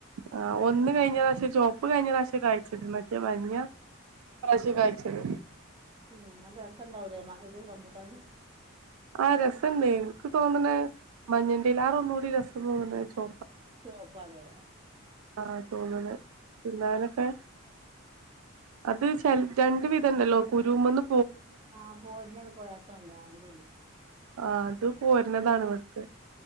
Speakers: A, on the right; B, on the right.
A: ആ ഒന്ന് കഴിഞ്ഞ പ്രാവശ്യം ചോപ്പ് കഴിഞ്ഞ പ്രാവശ്യം കഴിച്ച്ണ് മറ്റേ മഞ്ഞ ഇപ്രാവശ്യം കായിച്ചത്.
B: ഉം അത് രസണ്ടാവൂലേ മ ഇത് റംബൂട്ടാന്
A: ആ രസണ്ട് എനിക്ക് തോന്ന്ണെ മഞ്ഞന്റെലാറെ ഒന്നൂടി രസം തോന്ന്ണെ ചോ
B: ചോപ്പാലെ
A: ആ തോന്ന്ണ് തിന്നാനൊക്കെ അത് ചെൽ രണ്ട് വിധണ്ടല്ലോ കുരുമന്ന്
B: ആ പോര്ണുണ്ട് പോരാത്തുണ്ട് ആ രണ്ടുണ്ട്.
A: ആ അത് പോര്നതാണ് വ്ട്ത്തെ